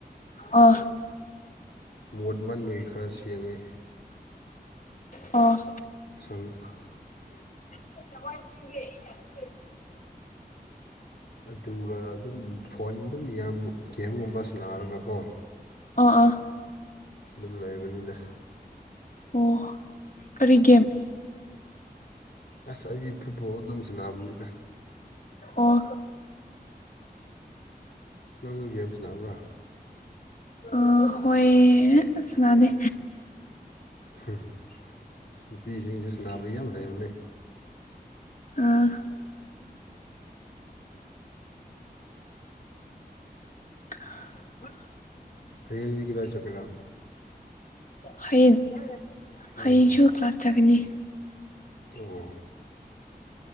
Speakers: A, on the left; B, on the left.
A: ꯑ
B: ꯃꯣꯠ ꯃꯟꯕꯩ ꯈꯔ ꯁꯦꯡꯉꯦ
A: ꯑ
B: ꯑ
A: <unintelligible>
B: ꯑꯗꯨꯒ ꯑꯗꯨꯝ ꯐꯣꯟ ꯑꯗꯨꯝ ꯌꯥꯝꯃꯨꯛ ꯒꯦꯝꯒꯨꯝꯕ ꯁꯥꯟꯅꯔꯒꯀꯣ
A: ꯑꯣ ꯑꯥ
B: ꯑꯗꯨꯝ ꯂꯩꯕꯅꯤꯗ
A: ꯑꯣ ꯀꯔꯤꯒꯦꯝ
B: ꯑꯁ ꯑꯩꯗꯤ ꯐꯨꯠꯕꯣꯜ ꯑꯗꯨꯝ ꯁꯥꯟꯅꯕꯅꯤꯗ
A: ꯑꯣ
B: ꯅꯪ ꯒꯦꯝꯁꯥꯟꯅꯕ꯭ꯔꯥ
A: ꯑꫭ ꯍꯣꯏ ꯁꯅꯥꯗꯦ
B: ꯍꯨꯝ ꯅꯨꯄꯤꯁꯤꯡꯖꯨ ꯁꯥꯟꯅꯕ ꯌꯥꯝ ꯂꯩꯕꯅꯦ
A: ꯑꯥ <inaudible>
B: ꯍꯌꯦꯡꯗꯤ ꯀꯗꯥꯏ ꯆꯠꯀꯦꯔꯥ
A: ꯍꯌꯦꯡ
B: ꯎꯝ
A: ꯍꯌꯦꯡꯁꯨ ꯀ꯭ꯂꯥꯁ ꯆꯠꯀꯅꯤ
B: ꯑꯣ